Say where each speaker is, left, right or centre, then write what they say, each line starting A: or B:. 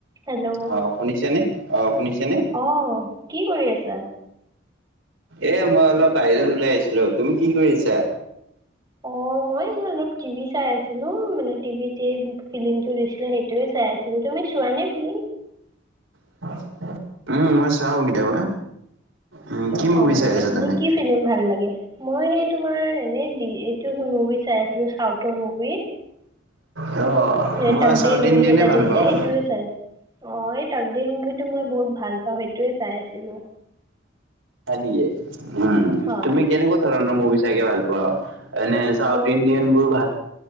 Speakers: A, on the right; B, on the right.
A: Hello
B: অ', শুনিছেনে অ', শুনিছে নে?
A: অ', কি কৰি আছা?
B: এ মই অলপ বাহিৰত ওলাই আহিছিলো, তুমি কি কৰি আছা?
A: অ', মই অলপ টিভি চাই আছিলো, মানে টিভিতে ফিল্ম টো দিছিলে সেই টোৱে চাই আছিলো। তুমি চোৱানে ফীম্ল?
B: <inaudible> উম, মই চাও কেতিয়াবা। উম কি মুভি
A: অ'
B: চাই আছা
A: এনেই
B: তুমি?
A: কি ফিলি্ম ভাল লাগে মই সেই তোমাৰ এনে এইটো মুভি চাই আছিলো চাউথৰ মুভি
B: অ
A: হে
B: মই
A: তাকদিৰ
B: চাউথ
A: বুলি
B: ইণ্ডিয়ানে
A: এটা
B: ভাল
A: দিছে
B: পাওঁ
A: সেইটোয়ে চাই অ এই তাকদিৰ মুভি টো মই বহুত ভাল পাওঁ সেইটোয়ে চাই আছিলো।
B: দিয়ে উম
A: হয়
B: তুমি কেনেকুৱা ধৰণৰ মুভি চাইেকে ভাল পোৱা এনে চাউথ
A: মই
B: ইণ্ডিয়ান বোৰ ভাল